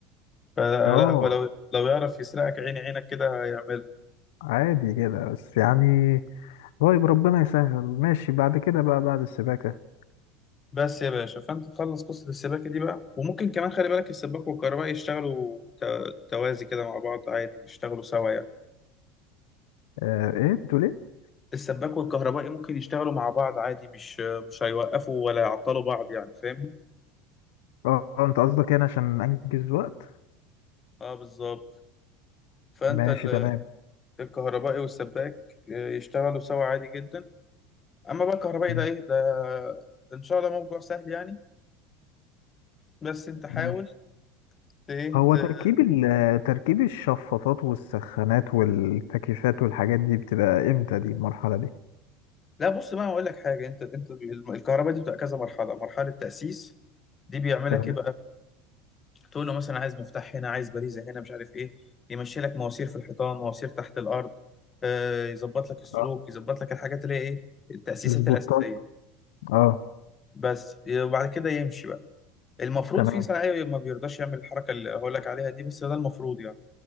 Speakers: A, on the left; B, on the left.
A: آه،
B: اه
A: لا هو لو لو يعرف يسرقك عيني عينك كده هيعملها
B: عادي كده بس يعني طيب ربنا يسهل ماشي بعد كده بقى بعد السباكه
A: بس يا باشا فأنت تخلص قصة السباكة دي بقى وممكن كمان خلي بالك السباك والكهربائي يشتغلوا ت- توازي كده مع بعض عادي يشتغلوا سوا يعني
B: آه ايه بتقول ايه
A: السباك والكهربائي ممكن يشتغلوا مع بعض عادي مش مش هيوقفوا ولا يعطلوا بعض يعني فاهمني؟
B: اه آه، انت قصدك يعني عشان انجز وقت
A: اه بالظبط فأنت
B: ماشي
A: ال-
B: تمام
A: الكهربائي والسباك آه، يشتغلوا سوا عادي جدا أما بقى الكهربائي
B: تمام،
A: ده إيه ده إن شاء الله موضوع سهل يعني بس انت حاول
B: ماشي
A: ت...
B: هو
A: ت-
B: تركيب ال- تركيب الشفاطات والسخانات والتكييفات والحاجات دي بتبقى امتى دي المرحلة دي
A: لا بص بقى هقول لك حاجه انت انت الم- الكهرباء دي بتبقى كذا مرحله مرحله تاسيس دي بيعملك
B: تمام
A: ايه بقى تقول له مثلا عايز مفتاح هنا عايز باريزه هنا مش عارف ايه يمشي لك مواسير في الحيطان مواسير تحت الارض آه، يظبط لك السلوك
B: اه
A: يظبط لك الحاجات اللي هي ايه التاسيسات
B: السبوتات
A: الاساسيه
B: اه
A: بس وبعد كده يمشي بقى المفروض
B: تمام
A: في صنايعي ما بيرضاش يعمل الحركه اللي هقول لك عليها دي بس ده المفروض يعني